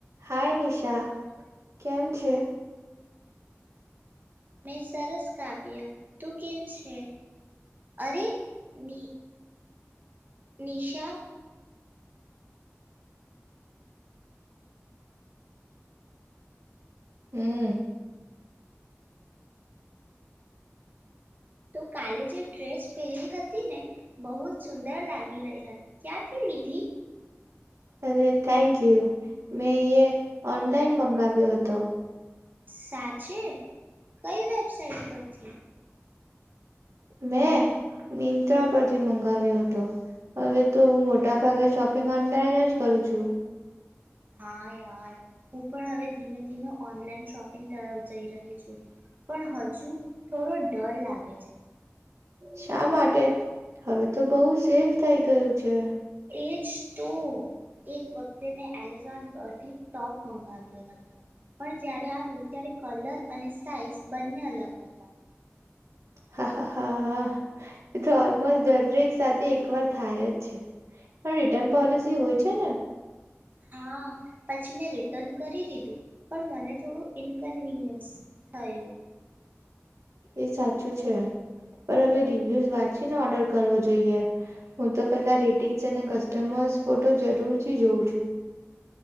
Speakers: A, on the right (about 70°); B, on the right (about 40°).
A: હાય નિશા કેમ છે.
B: મેં સરસ કાવ્ય તું કેમ છે અરે ની નિશા
A: હમ.
B: તો કાલે જે ડ્રેસ પહેરી હતી ને બહુ જ સુંદર લાગી રહી હતી ક્યાંથી લીધી.
A: અરે થેન્ક યુ મેં એ ઓનલાઈન મંગાવ્યો હતો.
B: સાચે કઈ વેબસાઇટ પરથી?
A: મેં મિંત્રા પરથી મંગાવ્યો હતો હવે તો હું મોટા ભાગે શોપિંગ ઓનલાઈન જ કરું છું.
B: હા યાર હું પણ હવે ધીમે ધીમે ઓનલાઈન શોપિંગ તરફ જઈ રહી છું પણ હજુ થોડો ડર લાગે છે.
A: શા માટે? હવે તો બોવ સેફ થઈ ગયું છે.
B: એજ તો. એક વક્તે મેં એમેઝોન પરથી ટોપ મંગાવ્યો હતો. પણ જ્યારે આવ્યો ત્યારે કલર અને સાઈઝ બંને અલગ હતા.
A: હા, હા, હા. એ તો ઓલમોસ્ટ દરેક સાથે એક વાર થાય જ છે. પણ રિટર્ન પોલિસી હોય છે ને.
B: હા, પછી મેં રિટર્ન કરી દીધું. પણ મને થોડું ઇનકન્વીનિયન્સ થયુ.
A: એ સાચું છે. પર હવે રિવ્યુઝ વાંચીને ઓર્ડર કરવો જોઈએ. હું તો પેલા રેટિંગ્સ અને કસ્ટમર્સ ફોટો જરૂરથી જોઉં છું.